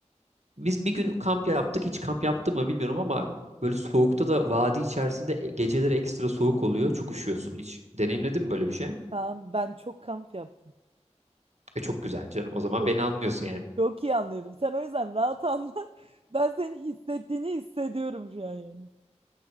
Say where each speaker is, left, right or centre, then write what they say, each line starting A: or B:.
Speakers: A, on the right; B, on the right.
A: Biz bir gün kamp yaptık hiç kamp yaptı mı bilmiyorum ama böyle soğukta da vadi içerisinde e, geceleri ekstra soğuk oluyor çok üşüyorsun. Hiç deneyimledin mi böyle bir şey?
B: Kaan, ben çok kamp yaptım.
A: E çok güzel canım o zaman
B: Çok,
A: beni anlıyorsun yani.
B: çok iyi anlıyorum. Sen o yüzden rahat anla. <laughs> Ben senin hissettiğini hissediyorum şu an yani.